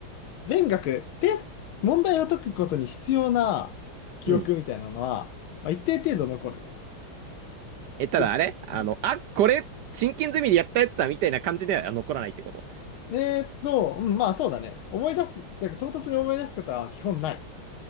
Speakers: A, on the left; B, on the right.
A: 勉学って問題を解くことに必要な記憶みたいなのは、
B: うん。
A: まあ、一定程度残る。
B: え、ただあれあの、
A: でうん、
B: あ、これ、真剣ゼミでやったやつだ、みたいな感じでは残らないってこと。
A: えーっと、うん、まあそうだね。思い出す、だから唐突に思い出すことは基本ない。